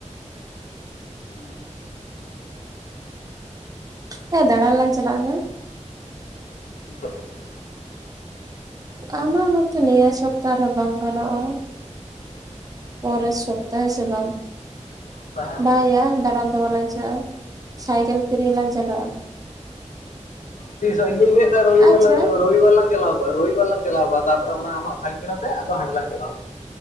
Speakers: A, on the left; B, on the right.
A: <unintelligible>
B: ᱦᱮᱸ ᱫᱟᱬᱟᱱ ᱞᱟᱝ ᱪᱟᱞᱟᱜ-ᱟ ᱦᱮᱸ᱾
A: <inaudible>
B: ᱟᱢᱟᱜ ᱢᱟᱛᱚ ᱱᱤᱭᱟᱹ ᱥᱚᱯᱛᱟ ᱨᱮ ᱵᱟᱝ ᱜᱟᱱᱚᱜ-ᱟ᱾ ᱯᱚᱨᱮᱨ ᱥᱚᱯᱛᱟᱦᱮ ᱥᱮ ᱵᱟᱝ
A: ᱛᱟᱦᱚᱞᱮ
B: ᱵᱟᱭᱟ ᱫᱟᱬᱟᱱ ᱫᱚ ᱵᱟᱞᱟᱧ ᱪᱟᱜ-ᱟ᱾ ᱥᱟᱭᱠᱮᱞ ᱠᱤᱨᱤᱧ ᱞᱟᱝ ᱪᱟᱞᱟᱜ-ᱟ᱾
A: ᱛᱤᱥᱚᱜ ᱤᱧ ᱫᱩᱧ ᱞᱟᱹᱭ ᱮᱫ ᱛᱟᱦᱮᱸᱫ ᱨᱩᱵᱤ
B: ᱟᱪᱪᱷᱟ
A: ᱵᱟᱨ ᱞᱟᱝ ᱦᱟᱛᱟᱣᱟ᱾ ᱨᱚᱵᱤᱵᱟᱨ ᱞᱟᱝ ᱪᱟᱞᱟᱣ ᱠᱚ-ᱟ ᱨᱚᱵᱤᱵᱟᱨ ᱞᱟᱝ ᱪᱟᱞᱟᱣ ᱠᱚ-ᱟ ᱛᱟᱯᱚᱨᱮ ᱚᱱᱟ ᱟᱢᱟᱜ ᱥᱟᱭᱠᱮᱞ ᱟᱛᱮᱫ ᱟᱫᱚ ᱦᱟᱸᱰᱮ ᱞᱟᱝ ᱪᱟᱞᱟᱣ ᱠᱚᱜ